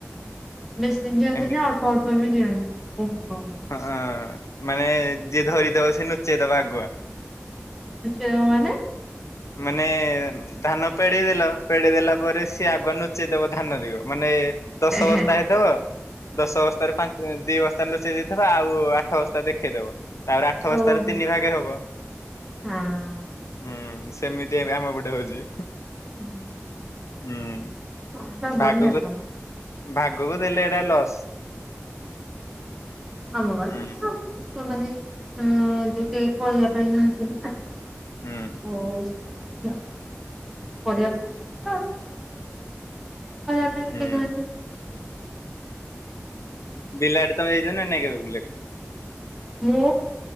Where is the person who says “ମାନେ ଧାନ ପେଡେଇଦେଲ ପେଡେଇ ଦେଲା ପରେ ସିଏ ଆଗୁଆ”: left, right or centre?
Left